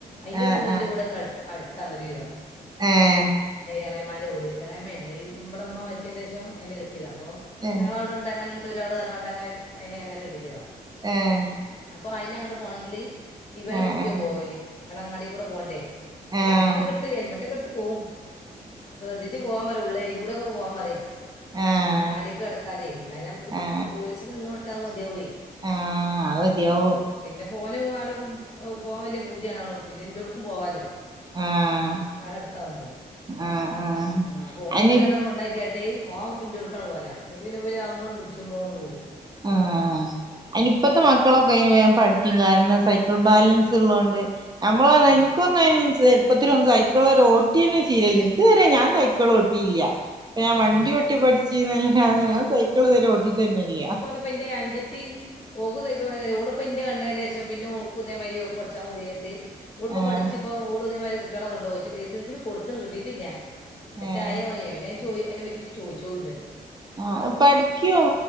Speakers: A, on the left; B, on the right.
A: അയിന്റെ
B: ആഹ്
A: വീടും
B: ആഹ്
A: ന്റെ വീടൊക്കെ അടുത്ത് അടുത്താണ് ഒരു വിധം
B: ഏഹ്
A: എളയമാന്റെ വീട് എളാമയാണ് ഇവിടെ ഉമ്മ മരിച്ചതിന്റെഷം അയിനെ കെട്ടിയത അപ്പോ
B: ഏഹ്
A: ഞങ്ങങ്ങള അവടെ ഉണ്ട് അങ്ങനെണ്ട് ഒരാൾ പറഞ്ഞിട്ട് അങ്ങന അയിനെ അങ്ങനെ കെട്ടിച്ചതാ
B: ഏഹ്
A: അപ്പൊ അയിന് അങ്ങട് പോണെങ്കില് ഇവനെ
B: ഏഹ്
A: കൂട്ടിയ പോവല് അവടെ അങ്ങാടി കൂടെ പോണ്ടേ
B: ഏഹ്
A: ഹെൽമെറ്റ് ഒക്കെ ഇട്ട് ഹെൽമെറ്റ് ഒക്കെ ഇട്ട് പോവും ശ്രദ്ധിച്ചു പോവാൻ പറയും ഉള്ളേരിയ കൂടെ പോവാൻ പറയും
B: ആഹ്
A: അങ്ങാടീക്ക് കടക്കാതെ അല്ലാ ഞാ
B: ആഹ്
A: പോലീസിന് വന്ന് പെട്ട അത് മതിയാവേ
B: ആഹ് അത് മതിയാവും
A: <unintelligible> പിന്നെപ്പോനും ആടും പോകാൻ വല്യ പൂതിയാണല്ലോ പിന്നെ എന്റോട്ക്കും പോവാല്ലോ
B: ആഹ്
A: അതട്ത്താവുമ്പോ
B: ആഹ് ആഹ്
A: ഉം അപ്പൊഓൻ
B: അയിന്
A: ഇവലെ ങ്ങട് കൊണ്ടാക്കിയാട്ട് ഓൻ ന്റോട്ക്ക് അങ്ങട് പോവല ഇന്നിട്ട് പിന്നെവര് ആവുമ്പോട് വിളിച്ചുമ്പോ ഓണ്ട് പോരും
B: ആഹ് അയിനിപ്പത്തെ
A: ഉം.
B: മക്ക ക്കളൊക്കെ വേഗം പഠിക്കും കാരണം സൈക്കിൾ ബാലൻസ് ള്ളോണ്ട് നമ്മള്
A: ആ
B: ഒന്നും
A: ആ,
B: ഇനിക്കൊന്നും ചെറുപ്പത്തിൽ ഒന്നും സൈക്കിൾ വരെ ഓട്ടി തന്നെ ശീലല്ല ഇതുവരെ ഞാൻ സൈക്കിൾ ഓട്ടില്ലാ അപ്പൊ ഞാൻ വണ്ടി
A: ഏ
B: ഓട്ടി പഠിച്ചീന്നല്ലാതെ ഞാൻ സൈക്കിൾ ഇതുവരെ ഓട്ടിട്ടന്നെല്ല
A: ഇപ്പന്റെ അഞ്ചത്തി ഓക്ക് സൈക്കിൾ വാങ്ങിത്‌ ഓളും പ്പന്റെ കണ്ടേന് ശേഷം പിന്നെ ഓൾക്കും ഇതേമായിരി ഓൾക്ക് പഠിച്ചാ പൂതിയായ്റ്റ് ഓള്പ
B: ആഹ്
A: പഠിച്. ഓളുപ്പതേമാരി കുട്ട്യേളെ കൊണ്ടോക പക്ഷെ ലൈസൻസിന് കൊടുത്ത്ണ് കിട്ടിട്ടില്ല. എത്തായയായ
B: ഏഹ്
A: പിന്നെ ചോയി അയിന പറ്റിട്ട് ചോദിച്ചതുല്ലട്ടോ.
B: ആഹ് പഠിക്കും.